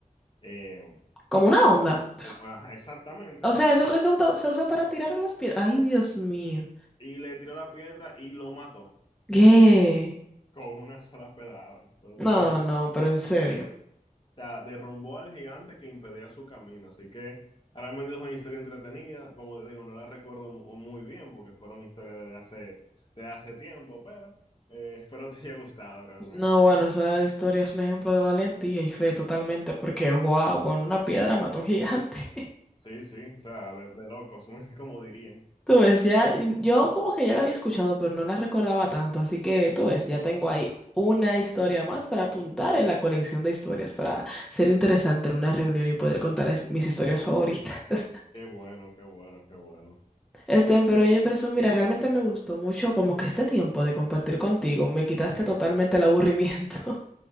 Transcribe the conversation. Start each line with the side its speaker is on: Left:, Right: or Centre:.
Left: eh,
Centre: Como una onda.
Left: con- ajá, exactamente,
Centre: O sea, eso que se uta- se usa para tirar a las piedras. Ay, Dios mío.
Left: y le tiró la piedra y lo mató.
Centre: ¿Qué?
Left: con una sola pedrada. Entonces,
Centre: No, no,
Left: o
Centre: pero en serio.
Left: sea, derrumbó al gigante que impedía su camino. Así que realmente es una historia entretenida. Como te digo, no la recuerdo mu- muy bien porque fueron historias de hace, de hace tiempo, pero eh, <laughs> espero te haya gustado realmente.
Centre: No, bueno, esa historia es un ejemplo de valentía y fe totalmente, porque wow, con una piedra mató a un gigante.
Left: Sí, sí, o sea, de, de locos, <laughs> como dirían.
Centre: Tú ves, ya, yo como que ya la había escuchado, pero no la recordaba tanto, así que tú ves, ya tengo ahí una historia más para apuntar en la colección de historias, para ser interesante en una reunión y poder contar es- mis historias favoritas. <laughs>
Left: Qué bueno, qué bueno, qué bueno.
Centre: Este, pero oye, Person, mira, realmente me gustó mucho como que este tiempo de compartir contigo, me quitaste totalmente el aburrimiento.